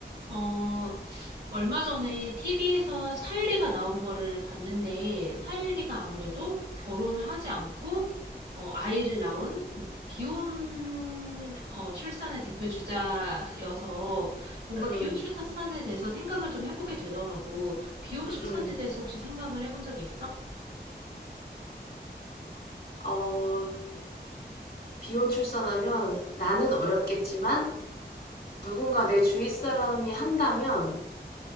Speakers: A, on the right (about 70°); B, on the left (about 65°).
A: 어, 얼마 전에 TV에서 사유리가 나온 거를 봤는데, 사유리가 아무래도 결혼을 하지 않고, 어, 아이를 낳은 비혼 어, 출산의 대표 주자여서, 뭔가
B: 음,
A: 비혼 출산에 대해서 생각을 좀 해보게 되더라고. 비혼
B: 음,
A: 출산에
B: 음.
A: 대해서 혹시 생각을 해본 적이 있어?
B: 어, 비혼 출산하면 나는 어렵겠지만 누군가 내 주위 사람이 한다면